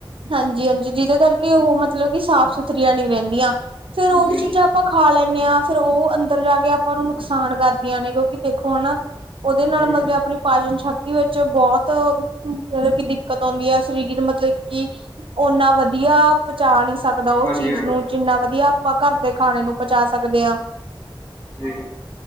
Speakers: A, on the right; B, on the left.
A: ਹਾਂਜੀ ਹਾਂਜੀ ਜਿਹਦੇ ਕਰਕੇ ਉਹ ਮਤਲਬ ਕਿ ਸਾਫ਼ ਸੁਥਰੀਆਂ ਨੀ ਰਹਿੰਦੀਆਂ ਫੇਰ ਉਹੀ
B: ਜੀ
A: ਚੀਜ਼ਾਂ ਆਪਾਂ ਖਾ ਲੈਂਦੇ ਹਾਂ ਫ਼ਿਰ ਉਹ ਅੰਦਰ ਜਾ ਕੇ ਆਪਾਂ ਨੂੰ ਨੁਕਸਾਨ ਕਰਦੀਆਂ ਨੇ ਕਿਉਂਕਿ ਦੇਖੋ ਹਨਾ ਉਹਦੇ ਨਾਲ
B: ਹੂੰ
A: ਮਤਲਬ
B: ਹੂੰ
A: ਆਪਣੀ ਪਾਚਨ ਸ਼ਕਤੀ ਵਿੱਚ ਬਹੁਤ ਮਤਲਬ ਕਿ ਦਿੱਕਤ ਆਉਂਦੀ ਹੈ ਸਰੀਰ ਮਤਲਬ ਕਿ ਓਨਾ ਵਧੀਆ ਪਹੁੰਚਾ ਨ ਨਹੀਂ ਸਕਦਾ ਉਸ
B: ਹਾਂਜੀ
A: ਚੀਜ਼
B: ਹਾਂ
A: ਨੂੰ ਜਿੰਨਾ ਵਧੀਆ ਆਪਾਂ ਘਰ ਦੇ ਖਾਣੇ ਨੂੰ ਪਹੁੰਚਾ ਸਕਦੇ ਹਾਂ।
B: ਜੀ